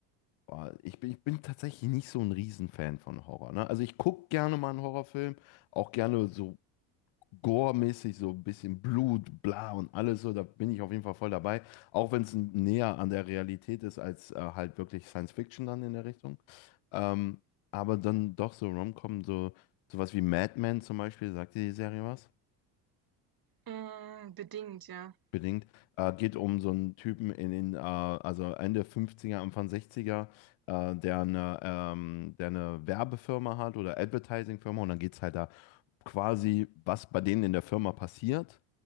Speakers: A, on the left; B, on the right.
A: boah, ich bin, ich bin tatsächlich nicht so ein Riesenfan von Horror, ne? Also ich gucke gerne mal einen Horrorfilm, auch gerne so Gore-mäßig, so ein bisschen Blut, bla und alles so, da bin ich auf jeden Fall voll dabei. Auch wenn es näher an der Realität ist als äh, halt wirklich Science Fiction dann in der Richtung. Ähm, aber dann doch so Rom-Com, so sowas wie Mad Men zum Beispiel, sagt dir die Serie was?
B: Mm, bedingt, ja.
A: bedingt. Äh, geht um so einen Typen in den, äh, also Ende 50er, Anfang 60er, äh, der eine, ähm, der eine Werbefirma hat oder Advertising-Firma und dann geht es halt da quasi, was bei denen in der Firma passiert,